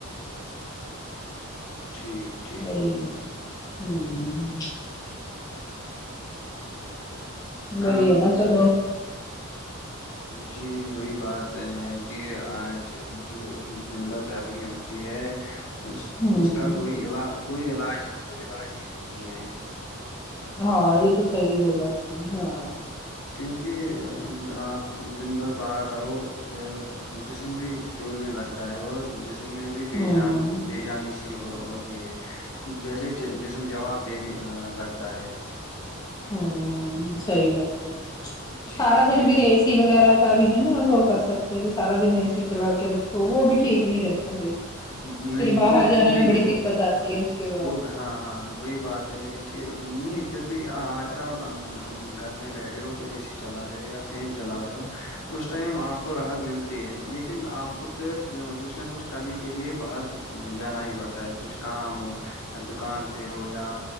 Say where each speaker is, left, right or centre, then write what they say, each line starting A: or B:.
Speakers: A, on the left; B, on the left.
A: ٹھیک ٹھیک
B: وہی ہے ہوں بئی
A: اب
B: ہے نا چلو
A: جی وہی بات ہے کہ آج جو دن بھر گرمی ہوتی ہوتی ہے اس
B: ہ
A: اس کا کوئی علا کوئی علاج کوئی علاج بھی نہیں ہے
B: ہاں یہ تو صحیح بولا آپ نے ہاں
A: کیونکہ آپ دن بھر باہر رہو پھر جسم بھی جولنے لگ تا ہے اور جسم میں بھی بےجان
B: ہاں
A: بےجانی سے ہو ہوتی ہے جیسے جسم جواب دینے لگتا ہے
B: ہاں صحیح بات ہے
A: جی
B: سارا
A: وہی
B: دن بھی اے سی وغیرہ کا بھی نہیں نا وہ کر سکتا ہے کہ سارا دن اے سی چلا کے رکھو وہ بھی ٹھیک نہیں رہتا پھر
A: نہیں
B: پھر باہر
A: وہ
B: جانے
A: وہ بھی
B: میں بڑی
A: وہ
B: دقت آتی ہے اس کے بعد
A: وہ بھی- ہاں ہاں وہی بات ہے کہ نہیں پھر بھی اگر آپ گھر میں بیٹھے ہو تو اے سی چلا رہے ہو یا فین چلا رہے ہو اس ٹائم آپ کو راحت ملتی ہے لیکن آپ کو پھر کچھ نہ کچھ کرنے کے لیے باہر جانا ہی پڑتا ہے کچھ کام ہو دکان پہ ہو یا